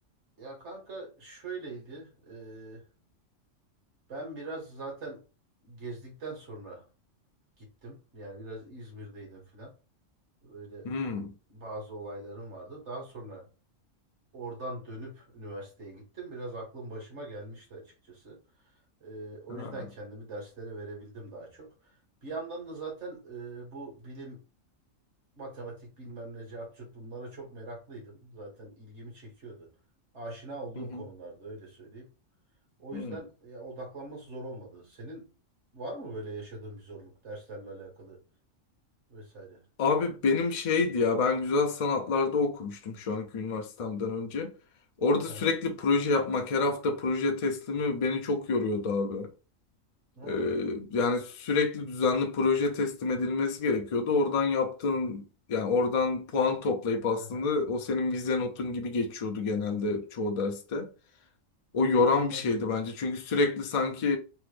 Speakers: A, on the right; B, on the left.
A: Ya kanka şöyleydi. eee, ben biraz zaten gezdikten sonra gittim. Yani biraz İzmir'deydim filan. Böyle
B: Hmm.
A: bazı olaylarım vardı. Daha sonra Oradan dönüp üniversiteye gittim. Biraz aklım başıma gelmişti açıkçası. Ee, o
B: Ha.
A: yüzden kendimi derslere verebildim daha çok. Bir yandan da zaten e, bu bilim, matematik bilmem ne cart curt bunlara çok meraklıydım. Zaten ilgimi çekiyordu. Aşina olduğum
B: Hı hı.
A: konularda öyle söyleyeyim. O
B: Hı.
A: yüzden ya, odaklanması zor olmadı. Senin var mı böyle yaşadığın bir zorluk derslerle alakalı vesaire?
B: Abi benim şeydi ya ben güzel sanatlarda okumuştum şu anki üniversitemden önce. Orada
A: Hı hı.
B: sürekli proje yapmak her hafta proje teslimi beni çok yoruyordu abi.
A: Valla.
B: Ee, yani sürekli düzenli proje teslim edilmesi gerekiyordu. Oradan yaptığın yani oradan puan toplayıp aslında
A: Hı hı.
B: o senin vize notun gibi geçiyordu genelde çoğu derste. O yoran
A: Anladım.
B: bir şeydi bence. Çünkü sürekli sanki